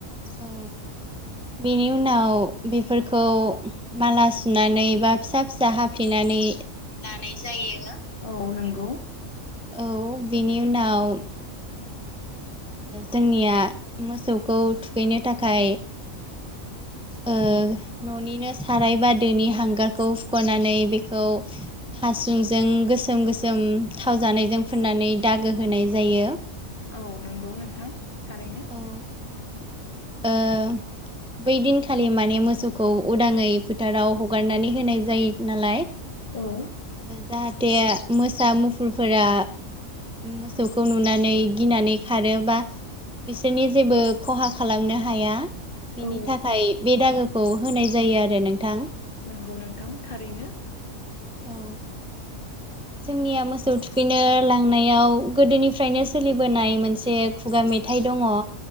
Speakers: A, in the centre; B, on the left.
A: औ बेनि उनाव बेफोरखौ माला सुनानै बा फिसा फिसा हाफ्लेनानै
B: लानाय जायो औ नंगौ।
A: औ बिनि उनाव जोंनिया मोसौखौ थुखैनो थाखाय ओ न'निनो साराय बा दोनि हांगारखौ हुख'नानै बेखौ हासुंजों गोसोम गोसोम थाव जानायजों फुननानै दागो होनाय जायो
B: औ नंगौ नोंथां थारैनो
A: औ ओ
B: <inaudible>
A: बै दिनखालि माने मोसौखौ उदाङै फोथाराव हगारनानै होनाय जायो नालाय
B: औ
A: जाहाथे मोसा मुफुरफोरा मोसौ खौ नुनानै गिनानै खारो बा बिसोरनि जेबो खहा खालामनो हाया बेनि
B: औ
A: थाखाय बे दागोखौ होनाय जायो आरो नोंथां
B: नंगौ नोंथां थारैनो
A: औ जोंनिया मोसौ थुखैनो लांनायाव गोदोनिफ्रायनो सोलिबोनाय मोनसे खुगा मे मेथाइ दङ